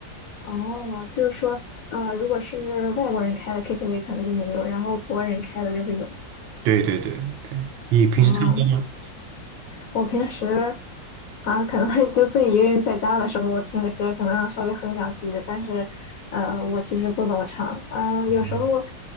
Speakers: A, on the left; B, on the right.
A: 哦，就是说，呃，如果是外国人开的 KTV 可能就没有，然后国人开的就会有。
B: 对对对对，你平时唱歌吗？
A: 哦，我平时啊，可能 <laughs> 就自己一个人在家的时候，我听着歌可能稍微哼两句，但是呃，我其实不怎么唱。嗯、
B: 嗯
A: 有时候